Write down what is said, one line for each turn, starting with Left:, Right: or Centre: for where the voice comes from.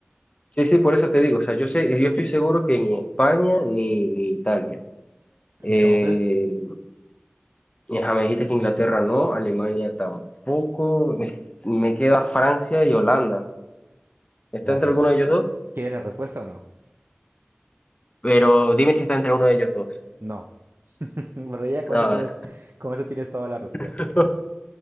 Left: Sí, sí, por eso te digo, o sea, yo sé, yo estoy seguro que ni España ni, ni Italia. Eh,
Right: Entonces,
Left: Y, ajá, me dijiste que Inglaterra no, Alemania tampoco. Me, me queda Francia y Holanda. ¿Está
Right: la
Left: entre
Right: res-
Left: alguno de ellos dos?
Right: ¿quieres la respuesta o no?
Left: Pero dime si está entre uno de ellos dos.
Right: No. Pero ya con
Left: No,
Right: eso tienes, con eso tienes toda la respuesta,
Left: <laughs>
Right: creo.